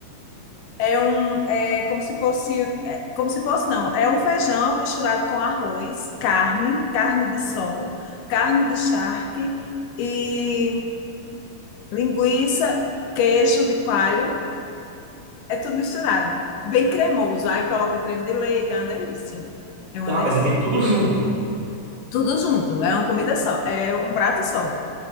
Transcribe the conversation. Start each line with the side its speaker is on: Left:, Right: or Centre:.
Left: É um, é como se fosse, é como se fosse, não, é um feijão misturado com arroz, carne, carne de sol, carne de charque e linguiça, queijo de coalho, é tudo misturado. Bem cremoso. Aí coloca creme de leite, é uma delícia. É uma
Right: Ah,
Left: delícia.
Right: mas vem tudo junto.
Left: Tudo junto, é uma comida só, é um prato só.